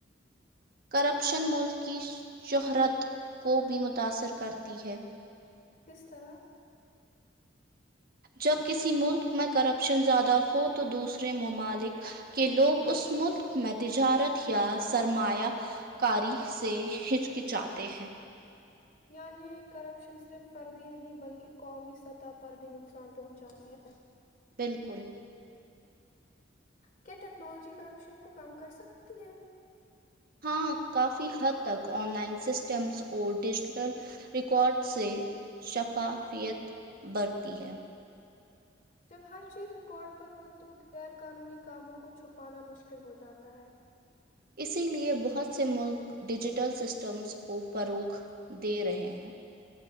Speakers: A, on the right (about 55°); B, on the left (about 50°).
A: کرپشن ملک کی شہرت کو بھی متاثر کرتی ہے
B: کس طرح
A: جب کسی ملک میں کرپشن زیادہ ہو تو دوسرے ممالک کے لوگ اس ملک میں تجارت یا سرمایہ کاری سے ہچکچاتے ہیں
B: یعنی کرپشن صرف فرد ہی نہیں بلکہ قومی سطح پر بھی نقصان پہنچاتی ہے
A: بالکل
B: کیا ٹیکنالوجی کرپشن کو کم کر سکتی ہے
A: ہاں کافی حد تک آن لائن سسٹمز اور ڈیجیٹل ریکارڈ سے شفافیت بڑھتی ہے
B: جب ہر چیز ریکارڈ پر ہو تو غیر قانونی کاموں کو چھپانا مشکل ہو جاتا ہے
A: اسی لیے بہت سے ملک ڈیجیٹل سسٹمز کو فروغ دے رہے ہیں